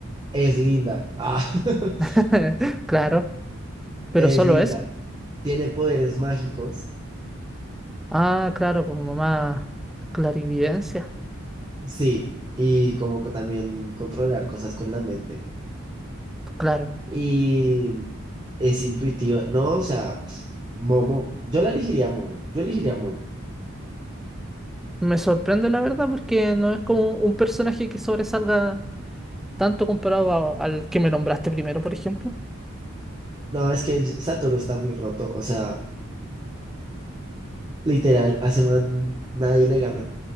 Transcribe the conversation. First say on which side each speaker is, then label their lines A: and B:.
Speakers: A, on the right (about 20°); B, in the centre.
A: es linda. Ah, <laughs>
B: <laughs> Claro, pero
A: es
B: solo
A: linda.
B: eso.
A: Tiene poderes mágicos.
B: Ah, claro, como más clarividencia.
A: Sí, y como co- también controlar cosas con la mente.
B: Claro.
A: y es intuitiva. No, o sea, Momo. Yo la elegiría Momo. Yo elegiría Momo.
B: Me sorprende la verdad porque no es como un personaje que sobresalga tanto comparado a- al que me nombraste primero, por ejemplo.
A: No, es que Satoru está muy roto. O sea, literal, hace más nadie le gana.